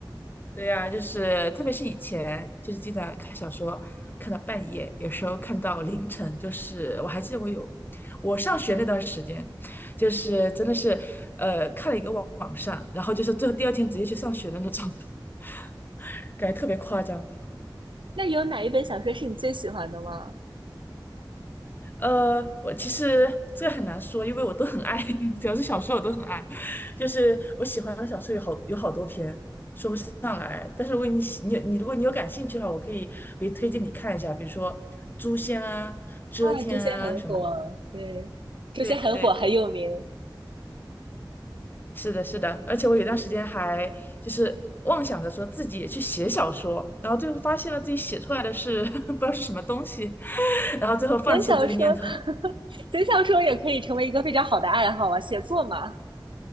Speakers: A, on the left; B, on the right.
A: 对呀、就是特别是以前，就是经常看小说，看到半夜，有时候看到凌晨，就是我还记得我有我上学那段时间，就是真的是呃看了一个网网上，然后就是最后第二天直接去上学的那种，<laughs> 感觉特别夸张。
B: 那有哪一本小说是你最喜欢的吗？
A: 呃，我其实这个很难说，因为我都很爱，<laughs> 只要是小说我都很爱。就是我喜欢的小说有好有好多篇，说不上来。但是如果你喜你你如果你有感兴趣的话，我可以比如推荐你看一下，比如说《诛仙》啊、《遮天》啊什么的。
B: 啊，诛仙很火，对，诛仙很火，
A: 对对对，
B: 很有名。
A: 是的，是的。而且我有段时间还就是妄想着说自己也去写小说，然后最后发现了自己写出来的是 <laughs> 不知道是什么东西，然后最后放弃了这个念头。
B: 写小说，<laughs> 写小说也可以成为一个非常好的爱好啊，写作嘛。